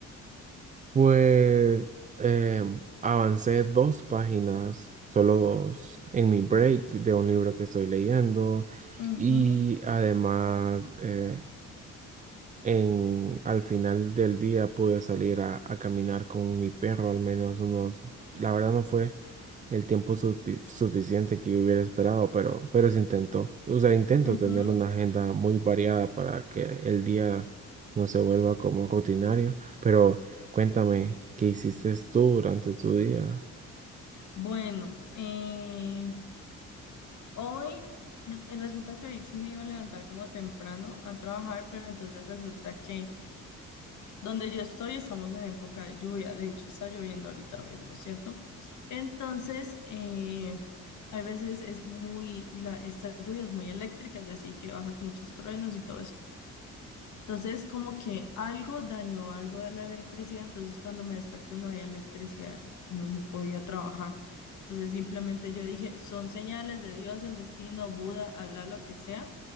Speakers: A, on the right; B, on the left.
A: Pues eh, avancé dos páginas, solo dos, en mi break de un libro que estoy leyendo
B: Ujú,
A: y además eh, en, al final del día pude salir a, a caminar con mi perro al menos unos, la verdad no fue el tiempo sufi- suficiente que yo hubiera esperado, pero, pero se intentó. O sea, intento
B: ujú.
A: tener una agenda muy variada para que el día no se vuelva como rutinario. Pero cuéntame, ¿qué hiciste tú durante tu día?
B: Bueno, eh, Hoy r- eh, resulta que hoy sí me iba a levantar como temprano a trabajar, pero entonces resulta que donde yo estoy estamos en época de lluvia. De hecho, está lloviendo ahorita mismo, ¿cierto? Entonces, eh, hay veces es muy, la, esta lluvia es muy eléctrica, es decir, que baja con muchos truenos y todo eso. Entonces, como que algo dañó algo de la electricidad, entonces cuando me desperté no había electricidad, y no, no podía trabajar. Entonces, simplemente yo dije, son señales de Dios, el destino, Buda, Alá, lo que sea,